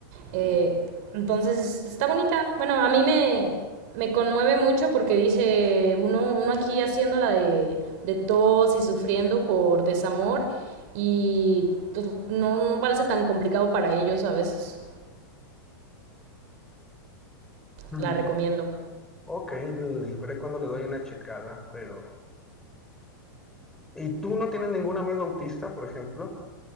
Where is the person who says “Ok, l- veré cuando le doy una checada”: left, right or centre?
Centre